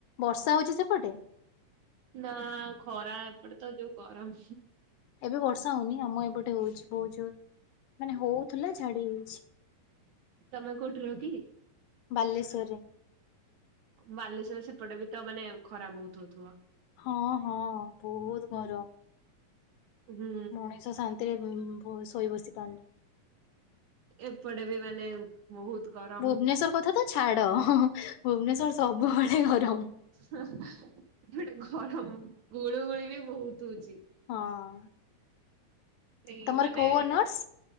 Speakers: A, on the left; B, on the right.
A: ବର୍ଷା ହଉଛି ସେପଟେ
B: ନା ଖରା ଏପଟେ ତ ଯୋଉ ଗରମ।
A: ଏବେ ବର୍ଷା ହଉନି ଆମ ଏପଟେ ହଉଛି ବହୁତ୍ ଜୋର। ମାନେ ହଉଥିଲା ଛାଡି ଯାଇଛି।
B: ତମେ କୋଉଠି ରୁହ କି?
A: ବାଲେଶ୍ୱରରେ।
B: ବାଲେଶ୍ଵର ସେପଟେ ବି ତ ମାନେ ଖରା ବହୁତ ହଉଥିବ।
A: ହଁ ହଁ ବହୁତ ଗରମ।
B: ହୁଁ
A: ମଣିଷ ଶାନ୍ତିରେ ଶୋଇ ବସି ପାରୁନି।
B: ଏପଟେ ବି ମାନେ ବହୁତ ଗରମ
A: ଭୁବନେଶ୍ଵର କଥା ତ ଛାଡ ଭୁବନେଶ୍ୱର୍ ସବୁବେଳେ ଗରମ।
B: ହ ଗୋଟେ ଗରମ ଗୁଳୁ ଗୁଳି ବି ବହୁତ ହଉଛି।
A: ହଁ।
B: ସେଇ
A: ତମର
B: ମାନେ
A: କୋଉ ଅନର୍ସ